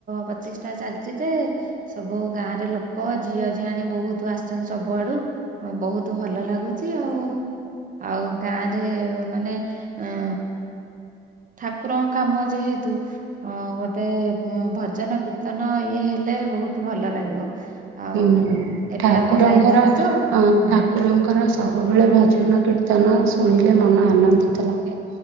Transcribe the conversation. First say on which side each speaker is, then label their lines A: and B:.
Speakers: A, on the right; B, on the right.
A: ପ୍ରତିଷ୍ଠା ଚାଲିଛି ଯେ ସବୁ ଗାଁରେ ଲୋକ ଝିଅ ଝିଆଣି ବହୁତ ଆସିଛନ୍ତି। ସବୁଆଡୁ ବହୁତ ଭଲ ଲାଗୁଛି ଆଉ। ଆଉ ଗାଁରେ ମାନେ ଏଁ ଠାକୁରଙ୍କ କାମ ଯେହେତୁ ହଁ ଗୋଟେ ଭଜନ କୀର୍ତ୍ତନ ଇଏ ହେଲେ ବହୁତ ଭଲ ଲାଗିବ। ଆଉ
B: ହୁଁ ହୁଁ,
A: ଏବେ
B: ଠାକୁରଙ୍କର
A: ଆମେ ଯାଇଥିଲୁ ତ
B: ଅ
A: ହଁ
B: ଠାକୁରଙ୍କର ସବୁବେଳେ ଭଜନ କୀର୍ତ୍ତନ ଶୁଣିଲେ ମନ ଆନନ୍ଦିତ ଲାଗେ।